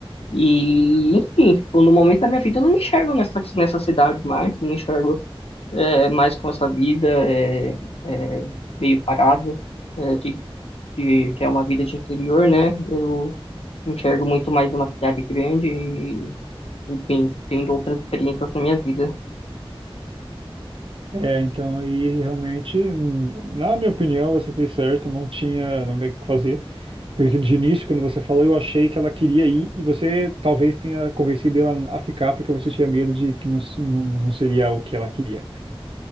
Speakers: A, on the left; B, on the right.
A: E, enfim, tipo, no momento da minha vida eu não me enxergo nessa, nessa cidade mais, não me enxergo é, mais com essa vida é, é, meio parada é, de de- que é uma vida de interior, né? Eu enxergo muito mais uma cidade grande e, enfim, tendo outras experiências na minha vida.
B: É, então, e realmente, hum, na minha opinião, você fez certo, não tinha, não tem o que fazer. Porque de início, quando você falou, eu achei que ela queria ir e você talvez tenha convencido ela a ficar porque você tinha medo de que não, não, não seria o que ela queria.